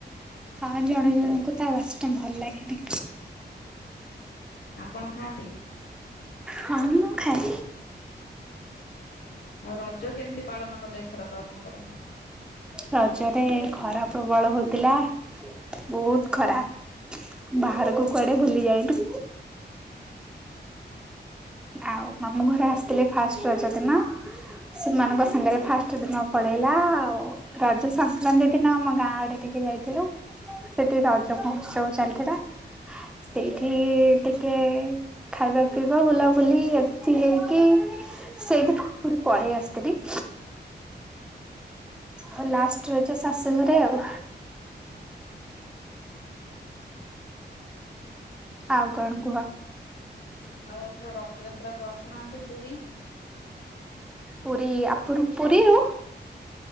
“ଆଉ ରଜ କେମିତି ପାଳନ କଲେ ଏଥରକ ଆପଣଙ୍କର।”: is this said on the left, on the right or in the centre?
Left